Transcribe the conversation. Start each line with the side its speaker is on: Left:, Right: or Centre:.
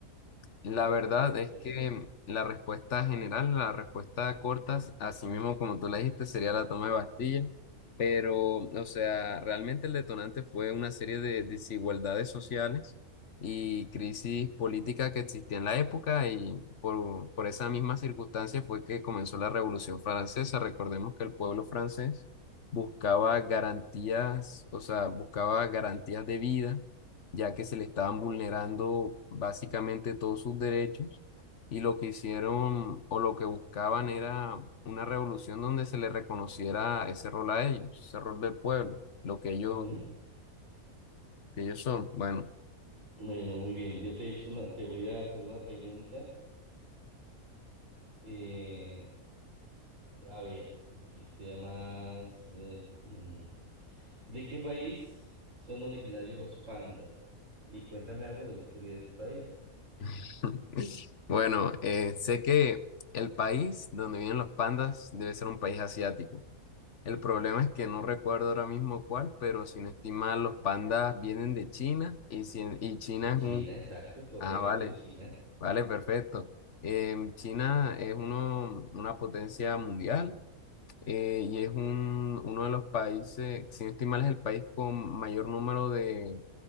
Left: La verdad
Right: historia.
Left: es que la respuesta general, la respuesta corta, así mismo como tú la dijiste, sería la toma de Bastilla. Pero, o sea, realmente el detonante fue una serie de desigualdades sociales y crisis política que existía en la época y por, por esa misma circunstancia fue que comenzó la Revolución Francesa. Recordemos que el pueblo francés buscaba garantías, o sea, buscaba garantías de vida ya que se le estaban vulnerando básicamente todos sus derechos y lo que hicieron o lo que buscaban era una revolución donde se le reconociera ese rol a ellos, ese rol del pueblo, lo que ellos,
Right: Ujú.
Left: que ellos son. Bueno,
Right: Bueno, muy bien. Yo te he hecho una, te voy a hacer una pregunta. eh, A ver, que sea más... eh, mm, ¿De qué país son originarios los pandas? Y cuéntame algo de la historia de ese país.
Left: <laughs> bueno, eh, sé que el país donde viven los pandas debe ser un país asiático. El problema es que no recuerdo ahora mismo cuál, pero sin estimar, los pandas vienen de China y, si- y China
Right: De China,
Left: es un...
Right: exacto, correcto,
Left: Ah, vale.
Right: de China.
Left: Vale, perfecto. Em, China es uno, una potencia mundial eh, y es un, uno de los países, si no estoy mal, es el país con mayor número de,